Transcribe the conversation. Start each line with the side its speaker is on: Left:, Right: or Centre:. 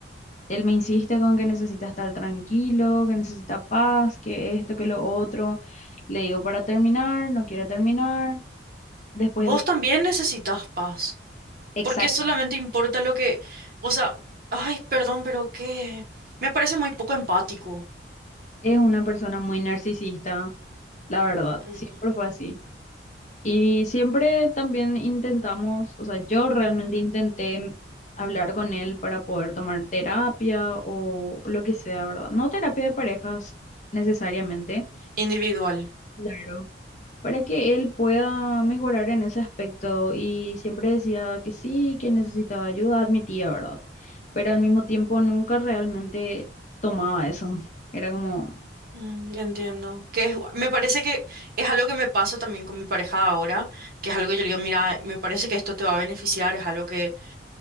Left: él me insiste con que necesita estar tranquilo, que necesita paz, que esto, que lo otro. Le digo para terminar, no quiere terminar. Después
Right: Vos
Left: él
Right: también necesitas paz.
Left: Exacto.
Right: ¿Por qué solamente importa lo que, o sea, ay, perdón, pero qué? Me parece muy poco empático,
Left: es una persona muy narcisista, la verdad.
Right: mm,
Left: Siempre fue así. Y siempre también intentamos, o sea, yo realmente intenté hablar con él para poder tomar terapia o lo que sea, ¿verdad? No terapia de parejas necesariamente,
Right: individual.
Left: Claro. para que él pueda mejorar en ese aspecto. Y siempre decía que sí, que necesitaba ayuda, admitía, ¿verdad? Pero al mismo tiempo nunca realmente tomaba eso. Era como,
Right: Mm, ya entiendo. Que es- me parece que es algo que me pasa también con mi pareja de ahora, que es algo que yo le digo, mira, me parece que esto te va a beneficiar, es algo que